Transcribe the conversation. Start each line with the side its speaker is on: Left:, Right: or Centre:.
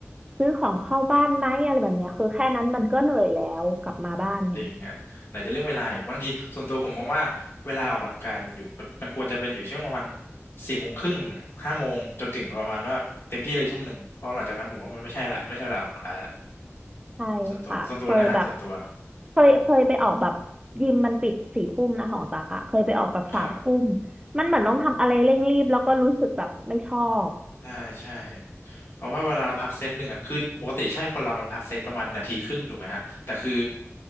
Right: ซื้อของเข้าบ้านไหมอะไรแบบเนี้ยคือแค่นั้นมันก็เหนื่อยแล้วกลับมาบ้านเนี่ย
Left: จริงฮะไหนจะเรื่องเวลาอีกบางทีส่วนตัวผมมองว่าเวลาออกกำลังกายมันอยู่มันควรจะเป็นอยู่ช่วงประมาณสี่โมงครึ่งห้าโมงจนถึงประมาณว่าเต็มที่เลยทุ่มหนึ่งเพราะหลังจากนั้นผมว่ามันไม่ใช่ละไม่ใช่เวลาออกกำลังกายละ
Right: ใช่ค่ะเคยแบบ
Left: ส่วนตัวส่วนตัวนะฮะส่วนตัว
Right: เคยเคยไปออกแบบยิมมันปิดสี่ทุ่มนะของตักอะเคยไปออกแบบสามทุ่ม
Left: ครับ
Right: มันเหมือนต้องทำอะไรเร่งรีบแล้วก็รู้สึกแบบไม่ชอบ
Left: ใช่ใช่เพราะว่าเวลาเราพักเซตหนึ่งอ่ะคือปกติใช่คนเรามันพักเซตประมาณนาทีครึ่งถูกไหมฮะแต่คือ